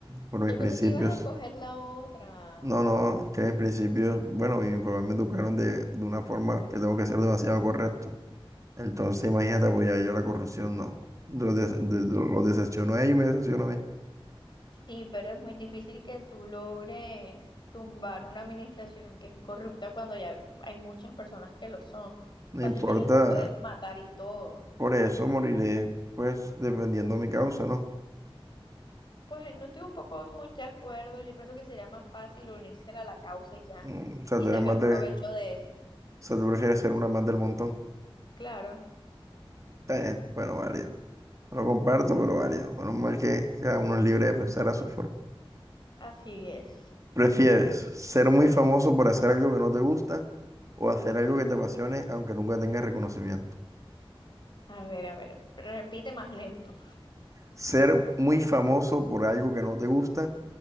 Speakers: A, on the right (about 35°); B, on the left (about 55°).
A: por mis
B: Yo
A: principios.
B: pensé que ibas a escoger la otra.
A: No, no, que mis principios, bueno, mis papás me educaron de, de una forma que tengo que ser demasiado correcto. Entonces, imagínate apoyar yo la corrupción, no. Lo, des- de- lo decepciono a ellos y me decepciono a mí.
B: Sí, pero es muy difícil que tú logres tumbar una administración que es corrupta cuando ya hay muchas personas que lo son.
A: No
B: Fácilmente
A: importa,
B: te pueden matar y todo.
A: por eso moriré, pues, defendiendo mi causa, ¿no?
B: Pues no estoy un poco muy de acuerdo. Yo pienso que sería más fácil unirse a la causa y ya,
A: Mm, O sea,
B: y
A: tú
B: sacar
A: eres más de,
B: provecho
A: o
B: de eso.
A: sea, tú prefieres ser una más del montón.
B: Claro,
A: Está bien, bueno, válido. No lo comparto, pero válido. Menos mal que cada uno es libre de pensar a su forma.
B: así es.
A: ¿Prefieres ser muy famoso por hacer algo que no te gusta o hacer algo que te apasione aunque nunca tengas reconocimiento?
B: A ver, a ver, repite más lento.
A: ¿Ser muy famoso por algo que no te gusta